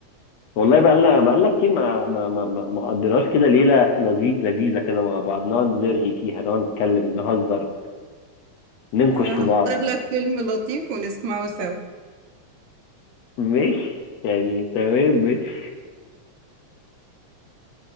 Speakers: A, on the left (about 70°); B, on the right (about 85°).
A: والله بقى لنا بقى لنا كتير ما ما ما ما ما قضيناش كده ليله لذي- لذيذه كده مع بعض نقعد نرغي فيها نقعد نتكلم نهزر ننكش
B: هختار
A: في بعض
B: لك فيلم لطيف ونسمعه سوا
A: ماشي يعني تمام ماشي